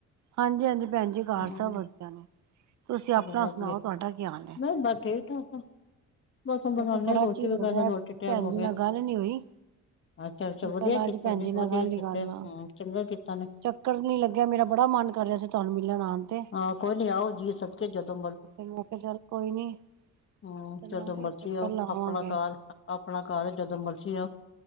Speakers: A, on the right; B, on the left.
A: ਹਾਂਜੀ ਹਾਂਜੀ ਭੈਣ ਜੀ ਹਾਲ
B: ਹੂੰ
A: ਸਭ ਵਧੀਆ ਨੇ ਤੁਸੀਂ ਆਪਣਾ
B: ਚਲੋ ਵਧੀਆ
A: ਸੁਣਾਓ ਤੁਹਾਡਾ ਕਿਆ ਹਾਲ ਹੈ?
B: ਨਹੀਂ ਬਸ ਠੀਕ ਠਾਕ ਆ ਬਸ ਬਣਾਨੇ
A: ਮੈਂ ਕਿਹਾ ਬੜਾ
B: ਰੋਟੀ
A: ਚਿਰ
B: ਵੀ ਕਰ
A: ਹੋ ਗਿਆ
B: ਰੋਟੀ ਟਾਈਮ
A: ਭੈਣ
B: ਹੋ
A: ਜੀ
B: ਗਿਆ।
A: ਨਾਲ ਗੱਲ ਨੀ ਹੋਈ।
B: ਅੱਛਾ ਅੱਛਾ ਵਧੀਆ
A: ਚੱਲ
B: ਕੀਤਾ
A: ਅੱਜ ਭੈਣ
B: ਨੇ
A: ਜੀ
B: ਵਧੀਆ
A: ਨਾਲ ਗੱਲ ਹੀ
B: ਕੀਤਾ
A: ਕਰ
B: ਹਮ
A: ਲਾਂ।
B: ਚੰਗਾ ਕੀਤਾ ਨੇ।
A: ਚੱਕਰ ਨੀ ਲੱਗਿਆ ਮੇਰਾ ਬੜਾ ਮਨ ਕਰ ਰਿਹਾ ਸੀ ਤੁਹਾਨੂੰ ਮਿਲਣ ਆਉਣ ਤੇ।
B: ਹਾਂ ਕੋਈ ਨੀ ਆਓ ਜੀ ਸਦਕੇ ਜਦੋਂ
A: ਨੂੰ ਮੈਂ ਕਿਹਾ ਚੱਲ ਕੋਈ ਨੀ।
B: ਹਾਂ
A: ਚੱਲਾਂਗੇ
B: ਚ
A: ਚੱਕਰ ਲਾਵਾਂਗੇ
B: ਆਪਣਾ ਘਰ ਆਪਣਾ ਘਰ ਜਦੋਂ ਮਰਜੀ ਆਉ।